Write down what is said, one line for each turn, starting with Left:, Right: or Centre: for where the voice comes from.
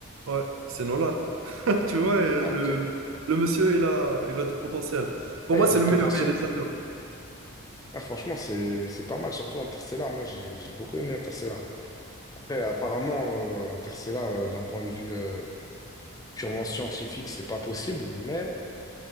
Right: Ouais, c'est Nolan. <laughs> Tu vois, et
Left: Ah,
Right: le,
Left: ok.
Right: le monsieur, il a, il a du potentiel. Pour
Left: Ah,
Right: moi,
Left: il a
Right: c'est
Left: du
Right: le
Left: potentiel.
Right: meilleur réalisateur.
Left: Ah, franchement, c'est c'est pas mal, surtout Interstellar. Moi, j'ai j'ai beaucoup aimé Interstellar. Après, apparemment, euh, Interstellar, euh, d'un point de vue euh, purement scientifique, c'est pas possible, mais